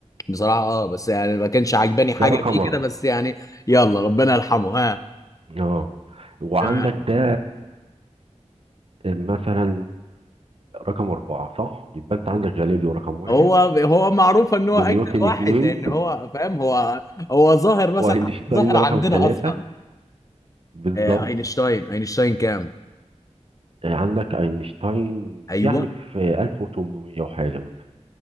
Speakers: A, on the left; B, on the right.
A: بصراحه اه بس يعني ما كانش عاجباني حاجه
B: ده رقم
A: فيه كده
B: اربعة
A: بس يعني يلا ربنا يرحمه ها
B: اه وعندك
A: تمام
B: ده مثلا رقم اربعة صح يبقى انت عندك غاليليو رقم واحد
A: هو هو معروف ان هو
B: ونيوتن
A: اجدد واحد
B: اتنين
A: لان هو فاهم هو هو ظاهر مثلا
B: واينشتاين
A: ظاهر
B: رقم
A: عندنا
B: ثلاثة
A: اصلا
B: بالظبط
A: آه، اينشتاين اينشتاين كام
B: آه، عندك اينشتاين
A: ايوه
B: يعني في 1800 وحاجة مثلا